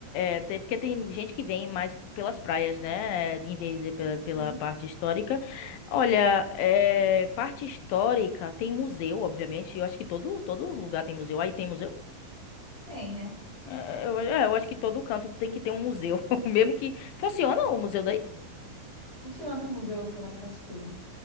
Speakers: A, on the left (about 85°); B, on the right (about 15°).
A: é, é, tem- porque tem gente que vem mais pelas praias, né? Em vez de
B: Uhum.
A: pela, pela parte histórica. Olha, é, parte histórica tem museu, obviamente. Eu acho que todo, todo lugar tem museu. Aí tem museu?
B: Tem, né?
A: É, eu, é, eu acho que todo canto tem que ter um museu. <laughs> Mesmo que. Funciona o museu daí?
B: Funciona o Museu Câmara Cascudo.